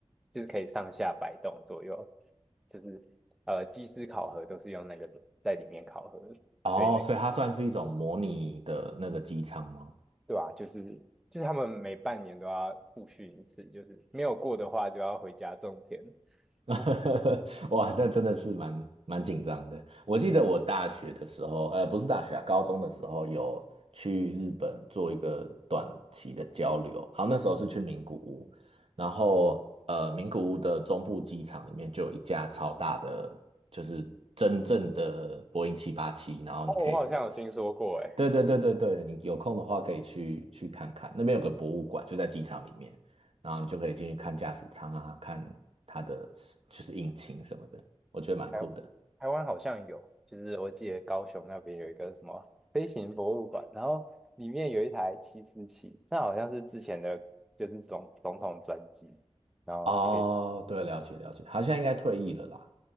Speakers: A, in the centre; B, on the right (about 60°).
A: 就是可以上下摆动左右，就是呃机师考核都是用那个在里面考核的所以那
B: 哦，所以它算是一种模拟的那个机舱吗？
A: 对吧、就是就是他们每半年都要复训一次，就是没有过的话就要回家种田。
B: <laughs>
A: <laughs>
B: 哇，那真的是蛮蛮紧张的。我记得我大学的时候，呃，不是大学啊，高中的时候有去日本做一个短期的交流，然后那时候是去名古屋，然后呃，名古屋的中部机场里面就有一架超大的，就是真正的波音七八七，然后你可以直
A: 哦，我好像有听说过，哎，
B: 对对对对对，你有空的话可以去去看看，那边有个博物馆，就在机场里面，然后你就可以进去看驾驶舱啊，看它的就是引擎什么的，我觉得蛮酷的。
A: 台台湾好像有，就是我记得高雄那边有一个什么飞行博物馆，然后里面有一台七四七，那好像是之前的，就是总总统专机，然后可以，
B: 哦，对，了解了解，好像应该退役了啦。